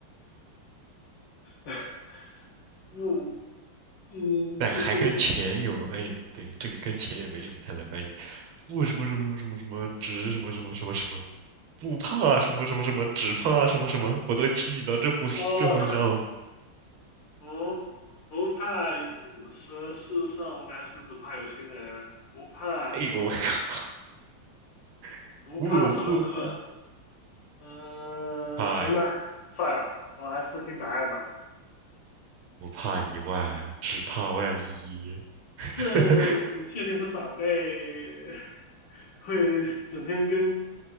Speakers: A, on the left; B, on the right.
A: <laughs> 不，嗯，
B: 但还跟钱有，
A: 不跟，
B: 哎，对，这个跟钱也没什么太大关系。不什么什么什么什么，只什么什么什么什么，不怕什么什么什么，只怕什么什么，我都提醒到这步这份上了。
A: 哦，不不怕什世上无难事，只怕有心人啊，不怕
B: 哎呦我靠！<laughs>
A: 不怕什么什么，
B: 不不不，
A: 嗯，
B: 怕
A: 行吧，算了，我还是听答案吧。
B: 不怕一万，只怕万一。<laughs>
A: 这你确定是长辈 <laughs> 会整天跟